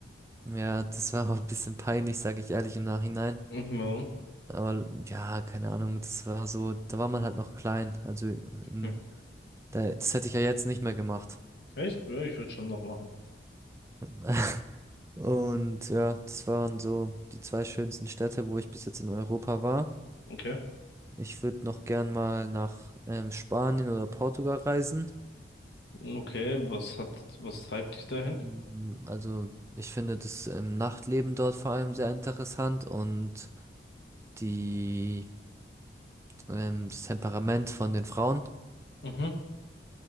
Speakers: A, on the right; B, on the left.
A: Ja, das war auch ein bisschen peinlich, sage ich ehrlich im Nachhinein.
B: Mhm.
A: Aber ja, keine Ahnung, das war so, da war man halt noch klein. Also in,
B: Mhm.
A: da, das hätte ich ja jetzt nicht mehr gemacht.
B: Echt? Ja, ich würde schon noch machen.
A: <laughs> Und ja, das waren so die zwei schönsten Städte, wo ich bis jetzt in Europa war.
B: Okay.
A: Ich würde noch gern mal nach ähm, Spanien oder Portugal reisen.
B: Okay, was hat, was treibt dich dahin?
A: Mm, Also ich finde das ähm, Nachtleben dort vor allem sehr interessant und die ähm, das Temperament von den Frauen.
B: Mhm.